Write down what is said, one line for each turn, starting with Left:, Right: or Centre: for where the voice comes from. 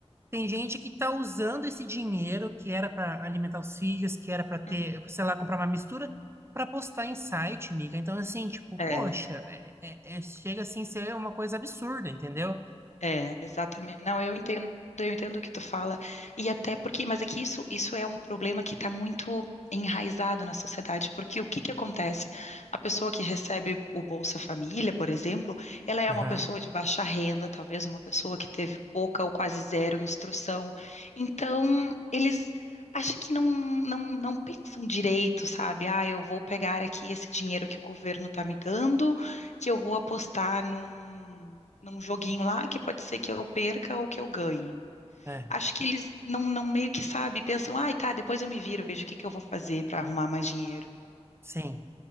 Right: tem gente que está usando esse dinheiro que era para alimentar os filhos, que era para ter,
Left: Hum.
Right: sei lá, comprar uma mistura para postar em site, miga. Então assim, tipo,
Left: É.
Right: poxa, é- é- é- chega assim a ser uma coisa absurda, entendeu?
Left: É, exatamente. Não, eu entendo, eu entendo o que tu fala. E até porque, mas é que isso, isso é um problema que está muito enraizado na sociedade, porque o que que acontece? A pessoa que recebe o Bolsa Família, por exemplo, ela é
Right: Aham,
Left: uma pessoa de baixa renda, talvez uma pessoa que teve pouca ou quase zero instrução. Então, eles acham que não, não, não pensam direito, sabe? Ah, eu vou pegar aqui esse dinheiro que o governo está me dando, que eu vou apostar num num joguinho lá que pode ser que eu perca ou que eu ganhe.
Right: é,
Left: Acho que eles não, não meio que sabe, pensam, ai, tá, depois eu me viro, vejo o que que eu vou fazer para arrumar mais dinheiro.
Right: sim.